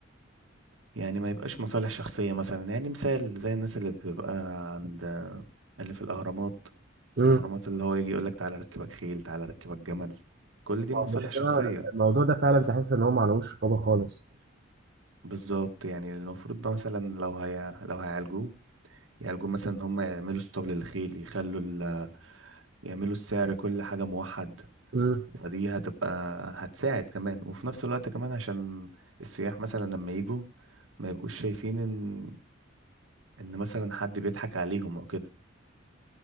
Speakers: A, on the right; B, on the right.
A: يعني ما يبقاش مصالح شخصية مثلا يعني مثال زي الناس اللي بيبقى عند آه، اللي في الأهرامات
B: امم
A: الأهرامات اللي هو يجي يقولك تعالى أركبك خيل تعالى أركبك جمل كل دي
B: هو
A: مصالح
B: المشكلة
A: شخصية
B: الموضوع ده فعلا تحس ان هو معلهوش رقابة خالص
A: بالظبط يعني المفروض بقى مثلا لو هي لو هيعالجوه يعالجوه مثلا ان هم يعملوا اسطبل للخيل يخلوا ال... يعملوا السعر كل حاجة موحد
B: امم
A: فدي هتبقى هتساعد كمان وفي نفس الوقت كمان عشان السياح مثلا لما يجوا ما يبقوش شايفين ان ان مثلا حد بيضحك عليهم او كده